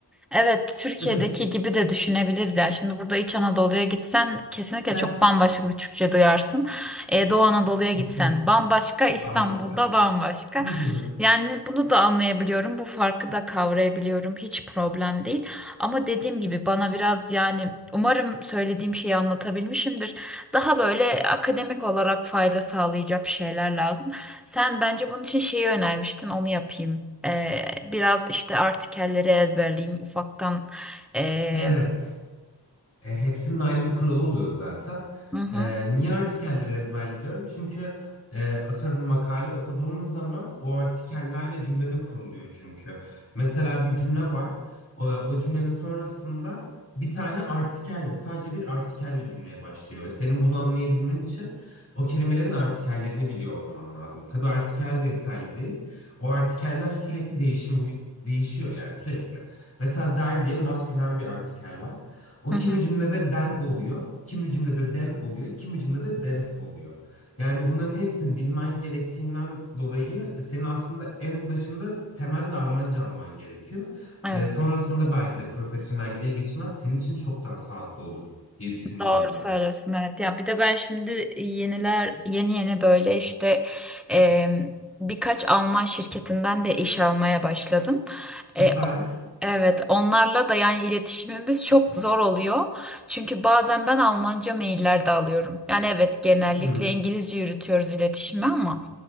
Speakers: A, in the centre; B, on the left (about 35°).
A: Evet, Türkiye'deki
B: Evet, evet.
A: gibi de düşünebiliriz yani. Şimdi burada İç Anadolu'ya gitsen kesinlikle
B: Heh,
A: çok bambaşka bir Türkçe duyarsın. Ee, Doğu Anadolu'ya
B: kesinlikle.
A: gitsen bambaşka, İstanbul'da
B: Bambaşka.
A: bambaşka.
B: Hı hı.
A: Yani bunu da anlayabiliyorum, bu farkı da kavrayabiliyorum. Hiç problem değil. Ama dediğim gibi bana biraz yani umarım söylediğim şeyi anlatabilmişimdir. Daha böyle akademik olarak fayda sağlayacak şeyler lazım. Sen bence bunun için şeyi önermiştin, onu yapayım. Ee, biraz işte artikelleri ezberleyeyim ufaktan. Ee,
B: Evet. E, hepsinin ayrı bir kuralı oluyor zaten.
A: hı hı,
B: E, niye artikelleri ezberle diyorum? Çünkü e, atıyorum makale okuduğunuz zaman o artikellerle cümle de kuruluyor çünkü. Mesela bir cümle var. O, o cümlenin sonrasında bir tane artikelle, sadece bir artikelle cümleye başlıyor. Ve senin bunu anlayabilmen için o kelimelerin artikellerini biliyor olman lazım. Tabii artikel de yeterli değil. O artikeller sürekli değişim, değişiyor yani sürekli. Mesela der diye maskülen bir artikel var. O kimi
A: hı hı.
B: cümlede den oluyor, kimi cümlede dem oluyor, kimi cümlede des oluyor. Yani bunların hepsini bilmen gerektiğinden dolayı e, senin aslında en başında temel bir Almanca alman gerekiyor.
A: Evet,
B: Ee, sonrasında belki de profesyonelliğe geçmez senin için çok daha sağlıklı olur diye düşünüyorum
A: doğru
B: ben.
A: söylüyorsun. Evet, ya bir de ben şimdi yeniler, yeni yeni böyle işte em, birkaç Alman şirketinden de iş almaya başladım.
B: Süper.
A: E, evet, onlarla da yani iletişimimiz çok zor oluyor. Çünkü bazen ben Almanca mailler de alıyorum. Yani evet, genellikle
B: Hı hı.
A: İngilizce yürütüyoruz iletişimi ama.